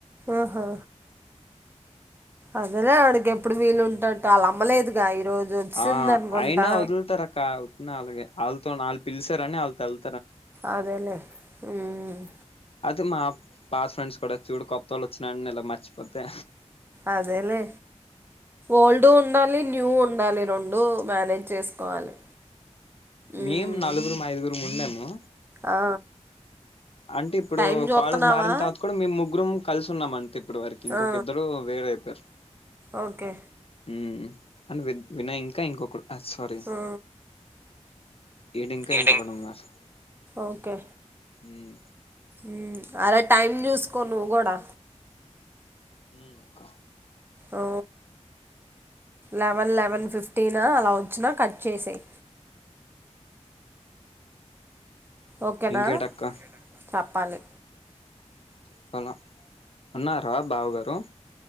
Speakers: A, on the right; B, on the left.
A: ఆహా అదేలే అడికి ఎప్పుడు వీళ్ళుంటేటట్టు అలా అమ్మలేదుగా ఈరోజు వచ్చింది
B: ఆ
A: అనుకుంటా
B: అయినా వదులుతారక్క అలాగే ఆల్లుతోన పిలిసారు అని ఆళ్ళతో వెల్
A: అదేలే ఉమ్
B: అతే మా పాత ఫ్రెండ్స్ కూడా చూడు కొత్తోళ్ళు వచ్చినా ఇలా మర్చిపోతే
A: అదేలేే ఓల్డు ఉండాలి ని న్యూ ఉండాలి రొం డు మేనేజ్ చేసుకోవాలి ఉమ్
B: మేము నలుగురు ఐదుగురుం ఉన్నాము
A: ఆ
B: అంటే ఇప్పుడు
A: టైం చూస్తున్నావా
B: కాలేజ్ మారిన తర్వాత కూడా మేము ముగ్గురుం కలిసున్నామం తే ఇప్పుడు వరకి ఇంకొక
A: ఆ
B: ఇద్దరు వేర అయిపోయరు
A: ఓకే
B: ఉమ్ అండ్ వి వినయ్ ఇంకా ఇంకొకడు అ సారీ
A: ఆ
B: ఇండికా
A: ఈవినింగ్
B: ఇంకొకడు ఉన్నారు
A: ఓకే
B: ఉమ్
A: ఉమ్ అరే టైం చూసుకో నువ్వు కూడా
B: ఉమ్ అక్క
A: ఆ లెవెన్ లెవెన్ ఫిఫ్ ట్టినా అలా వచ్చినా కట్ చేసేయ్ ఓకేనా
B: ఇంకేటక్క
A: చప్ పలి
B: చెప్పల అన్నారా బావ గారు